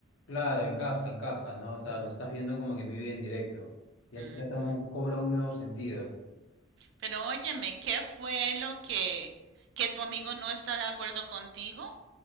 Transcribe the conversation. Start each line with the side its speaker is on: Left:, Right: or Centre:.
Left: Claro, encaja, encaja, ¿no? O sea, lo estás viendo como que en vivo y en directo. Ya,
Right: Ujú.
Left: ya toma un- cobra un nuevo sentido.
Right: Pero óyeme, ¿qué fue lo que, que tu amigo no está de acuerdo contigo